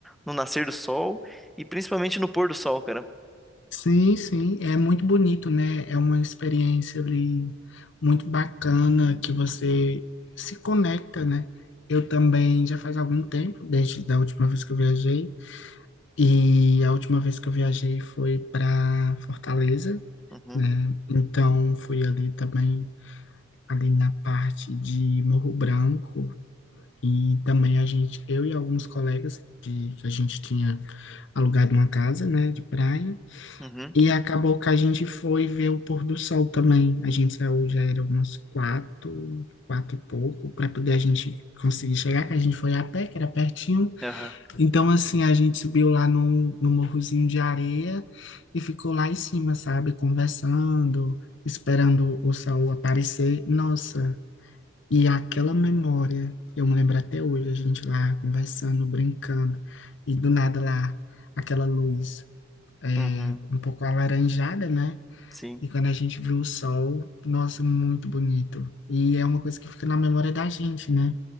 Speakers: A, in the centre; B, on the left (about 55°).
A: no nascer do sol e principalmente no pôr do sol, cara.
B: Sim, sim, é muito bonito, né? É uma experiência ali muito bacana que você se conecta, né? Eu também já faz algum tempo, desde da última vez que eu viajei, e a última vez que eu viajei foi para Fortaleza,
A: Uhum,
B: né? Então fui ali também ali na parte de Morro Branco e também a gente, eu e alguns colegas de, que a gente tinha alugado uma casa, né, de praia.
A: uhum,
B: E acabou que a gente foi ver o pôr do sol também. A gente saiu, já era umas quatro, quatro e pouco, para poder a gente conseguir chegar, que a gente foi a pé, que era pertinho.
A: aham,
B: Então, assim, a gente subiu lá no, no morrozinho de areia e ficou lá em cima, sabe, conversando, esperando o sol aparecer. Nossa, e aquela memória, eu me lembro até hoje, a gente lá conversando, brincando, e do nada lá, aquela luz. É,
A: uhum,
B: um pouco alaranjada, né?
A: sim.
B: E quando a gente viu o sol, nossa, muito bonito. E é uma coisa que fica na memória da gente, né?